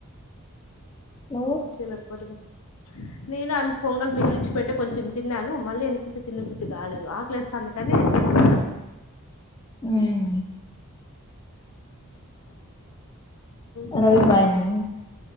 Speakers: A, on the left; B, on the left.
A: నువ్వు
B: తినకపోతే పో నేను ఆమె పొంగల్ మిగిలించి పోయింటే కొంచెం తిన్నాను మళ్ళీ వెనకింట తిన్న బుద్ధి కాలేదు ఆకలేస్త అంత కానీ తింటిన
A: ఉ
B: ఇంకా
A: రవి బాయనా